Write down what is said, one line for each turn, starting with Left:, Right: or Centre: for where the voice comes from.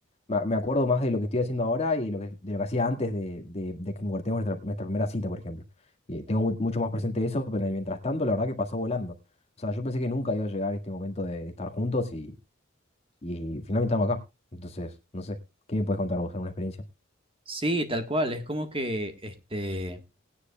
Left: ma- me acuerdo más de lo que estoy haciendo ahora y de lo que, de lo que hacía antes de, de, de que concretemos nuestra, nuestra primera cita, por ejemplo. Eh, tengo mu- mucho más presente eso, pero en el mientras tanto, la verdad que pasó volando. O sea, yo pensé que nunca iba a llegar este momento de, de estar juntos y, y finalmente estamos acá. Entonces, no sé, ¿qué me puedes contar vos? ¿Alguna experiencia?
Right: Sí, tal cual, es como que, este,